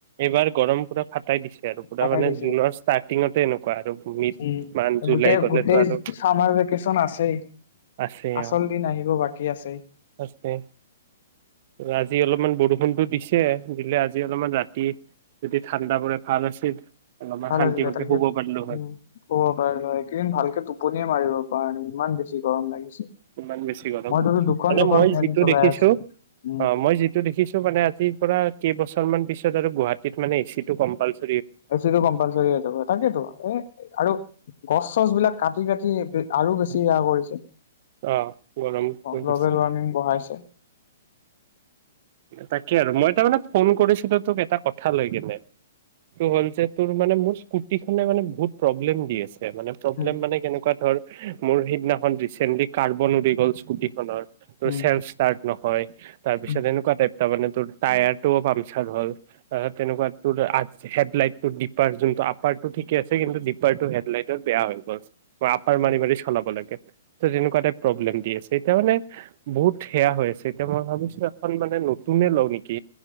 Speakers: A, on the right; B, on the left.
A: এইবাৰ গৰম পূৰা ফাটাই দিছে আৰু পূৰা
B: পাকাই
A: মানে
B: দিছে
A: জুনৰ ষ্টাৰ্টিঙতে এনেকুৱা আৰু ভূমিত
B: উম
A: মান জুলাই
B: গোটেই
A: গ'লেতো
B: গোটেই
A: আৰু
B: চামাৰ ভেকেচন আছেই
A: আছে
B: আচল
A: আৰু
B: দিন আহিব বাকী আছেই
A: আছে আজি অলপমান বৰষুণ ফোনটো দিছে দিলে আজি অলপমান ৰাতি যদি ঠাণ্ডা পৰে ভাল আছিল অলপমান
B: ভাল
A: শান্তি
B: আছিলে
A: মতে
B: তাকে
A: শুব পাৰিলো
B: উম
A: হয়
B: ক'ব পাৰি ন এইকেইদিন ভালকে টোপনিয়ে মাৰিব প নে ইমান বেছি গৰম লাগিছে
A: ইমান বেছি গৰম
B: মইতো দুখন
A: মানে
B: দুখন
A: মই
B: ফেন
A: যিটো
B: চলাই
A: দেখিছো
B: আছো উম
A: অঁ মই যিটো দেখিছো মানে আজিৰ পৰা কেইবছৰ মান পিছত আৰু গুৱাহাটীত মানে এ চি টো কম্পালচ ৰি
B: এিটো কম্পালচ হৈ যাব তাকেতো আৰু গছ চছ বিলাক কাট কাটি কাটি আৰু
A: হয়।
B: বেছি সেয়া কৰিছে
A: অ গৰম পৰি
B: গ্ল'বেল
A: গৈছে।
B: ৱাৰ্মিং বঢ়াইছে
A: তাকে আৰু মই তাৰ মে ফোন কৰিছিলো তোক এটা কথা লৈ কেনে ত হ'ল যে তোৰ মানে মোৰ স্কুটিখনে মানে বহুত প্ৰব্লেম দি আছে মানে প্ৰব্লেম
B: উম
A: মানে কেনেকুৱা ধৰ মোৰ সেইদিনাখন ৰিচেন্টলি কাৰ্বন উৰি গ'ল স্কুটি খনৰ ত
B: উম
A: চ্ফ ষ্টাৰ্ট নহয় তাৰপিছত
B: উম
A: এনেকুৱা টাইপ মানে তোৰ টায়াৰ টোও পামচাৰ হ'ল তেনেকুৱা ত হেডলাইট টো ডপাৰ যোনটো আপাৰ টো ঠিকে আছে কিন্তু ডপাৰটো হেডলাইটত বেয়া হৈ গ'লছে বা আপাৰ মাৰি
B: উম,
A: মাৰি চলাব লাগে তেনেকুৱা এটা প্ৰব্লেম দি আছে এতিয়া মানে বহুত সেয়া হৈ আছে এতিয়া মই ভাবিছো খন মানে নতুনে লওঁ নেকি